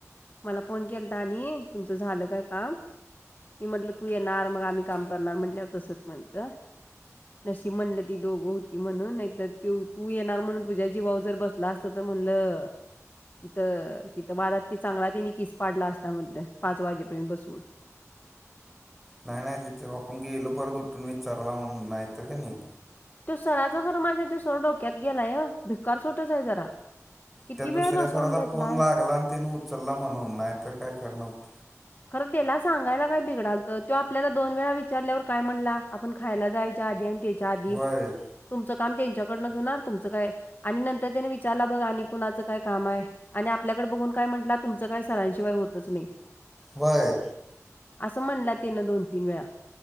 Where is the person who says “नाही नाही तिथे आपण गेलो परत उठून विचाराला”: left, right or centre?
Centre